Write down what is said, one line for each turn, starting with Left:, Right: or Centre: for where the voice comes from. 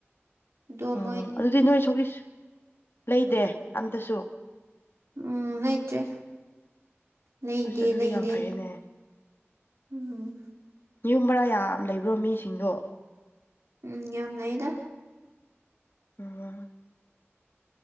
Right: ꯑꯗꯣ
Left: ꯑꯣ
Right: ꯃꯣꯏ
Left: ꯑꯗꯨꯗꯤ ꯅꯣꯏ ꯁꯧꯒ꯭ꯔꯤ ꯁꯨ ꯂꯩꯗꯦ ꯑꯝꯇꯁꯨ
Right: ꯎꯝ ꯂꯩꯇ꯭ꯔꯦ ꯂꯩꯗꯦ
Left: ꯑꯁ ꯑꯗꯨꯗꯤ
Right: ꯂꯩꯗꯦ
Left: ꯌꯥꯝ ꯐꯩꯌꯦꯅꯦ
Right: ꯎꯝ
Left: ꯌꯨꯝ ꯚꯔꯥ ꯌꯥꯝ ꯂꯩꯕ꯭ꯔꯣ ꯃꯤꯁꯤꯡꯗꯣ
Right: ꯎꯝ ꯌꯥꯝ ꯂꯩꯗ
Left: <unintelligible>